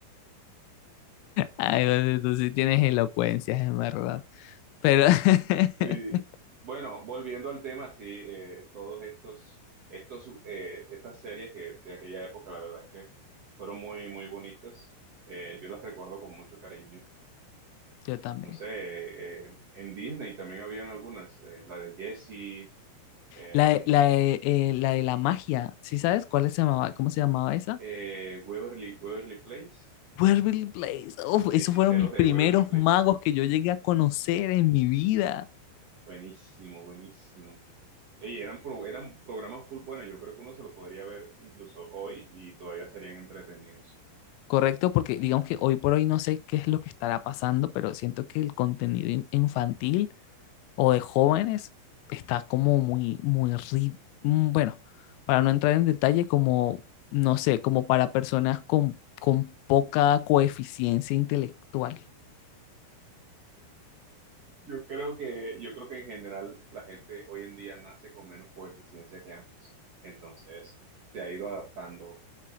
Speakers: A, on the left; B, on the right.
A: Ay, José, tú sí tienes elocuencias, en verdad. Pero <laughs>
B: Sí. Bueno, volviendo al tema, sí, eh, todos estos, estos, eh, estas series que de aquella época, la verdad es que fueron muy, muy bonitas. Eh, yo las recuerdo con mucho cariño.
A: yo también.
B: No sé, eh, eh, en Disney también habían algunas, eh, la de Jessie, em,
A: La, de- la, de, eh, la de la magia, ¿sí sabes cuál se llamaba, cómo se llamaba esa?
B: eh, Waverly, Waverly Place.
A: Waverly Place. Uf,
B: Hechiceros
A: esos fueron mis
B: de
A: primeros
B: Waverly Place.
A: magos que yo llegué a conocer
B: Uf,
A: en mi vida.
B: buenísimo, buenísimo. Ey, eran, pro- eran programas full buenos. Yo creo que uno se lo podría ver incluso hoy y todavía serían entretenidos.
A: Correcto, porque digamos que hoy por hoy no sé qué es lo que estará pasando, pero siento que el contenido in- infantil o de jóvenes está como muy, muy, ri- mm, bueno, para no entrar en detalle, como, no sé, como para personas con, con poca coeficiencia intelectual.
B: Yo creo que, yo creo que en general la gente hoy en día nace con menos coeficiencia que antes. Entonces, se ha ido adaptando